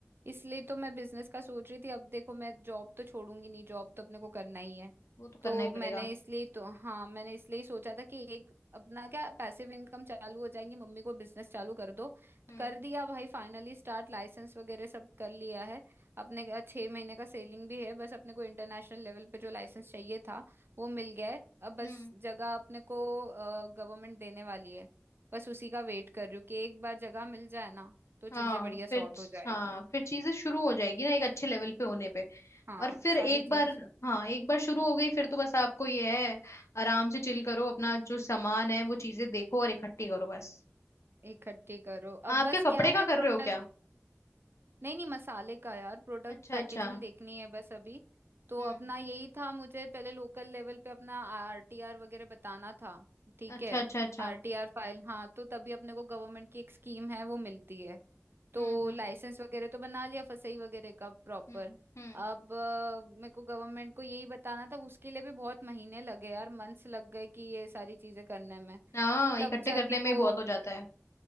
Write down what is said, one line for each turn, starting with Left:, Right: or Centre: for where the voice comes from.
Right: इसलिए तो मैं बिजनेस का सोच रही थी अब देखो मैं जॉब तो छोड़ूंगी नहीं जॉब तो अपने को करना ही है
Left: वो तो करना
Right: तो
Left: ही
Right: मैंने
Left: पड़ेगा
Right: इसलिए तो हाँ मैंने इसलिए ही सोचा था कि एक अपना क्या पैसिव इनकम चालू हो जाएंगी मम्मी को बिजनेस चालू कर दो तो
Left: हम्म
Right: कर दिया भाई फाइनली स्टार्ट लाइसेंस वगैरह सब कर लिया है अपने का छह महीने का सेलिंग भी है बस अपने को इंटरनेशनल लेवल पे जो लाइसेंस चाहिए था वो मिल गया है अब बस
Left: हम्म
Right: जगह अपने को गवर्नमेंट देने वाली है बस उसी का वेट कर रही हूँ कि एक बार जगह मिल जाए ना तो चीजें
Left: हाँ
Right: बढ़िया सॉर्ट
Left: फिर
Right: हो जाएगी
Left: हाँ फिर चीजें शुरू हो जाएगी ना एक अच्छे लेवल पे होने पे
Right: हाँ
Left: और फिर
Right: सारी
Left: एक
Right: चीजें
Left: बार हाँ एक बार शुरू हो गई फिर तो बस आपको ये है आराम से चिल करो अपना जो सामान है वो चीजें देखो और इकट्ठी करो बस
Right: इकट्ठी करो अब
Left: आप
Right: बस
Left: क्या कपड़े
Right: क्या
Left: का
Right: है
Left: कर
Right: प्रोडक्ट
Left: रहे हो क्या
Right: नहीं नहीं मसाले का यार प्रोडक्ट
Left: अच्छा
Right: पैकेजिंग
Left: अच्छा
Right: देखनी है बस अभी तो
Left: हम्म
Right: अपना यही था मुझे पहले लोकल लेवल पे अपना आरटीआर वगैरह बताना था ठीक
Left: अच्छा
Right: है
Left: अच्छा अच्छा
Right: आरटीआर फाइल हाँ तो तभी अपने को गवर्नमेंट की एक स्कीम है वो मिलती है तो
Left: हम्म हम्म
Right: लाइसेंस वगैरह तो बना लिया फसई वगैरह का प्रॉपर
Left: हम्म हम्म
Right: अब अ, मेरे को गवर्नमेंट को यही बताना था उसके लिए भी बहुत महीने लगे यार मंथ्स लग गए कि ये सारी चीजें करने में
Left: हाँ
Right: तब
Left: इकट्ठे
Right: जाके
Left: करने में
Right: वो
Left: ही बहुत हो जाता है